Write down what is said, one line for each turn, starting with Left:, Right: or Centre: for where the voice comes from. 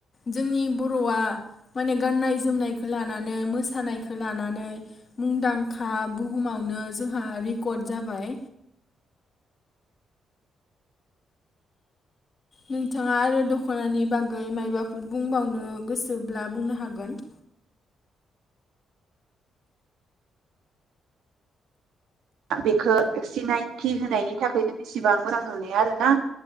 Left: जोंनि बर'आ माने गाननाय जोमनायखौ लानानै मोसानायखौ लानानै मुंदांखा बुहुमावनो जोंहा रेकर्ड जाबाय। नोंथाङा आरो दखनानि बागै मायबाफोर बुंबावनो गोसोब्ला बुंनो हागोन।
Right: बेखौ सिनायथि होनायनि थाखायनो बेसेबां मोजां नुनाय आरो ना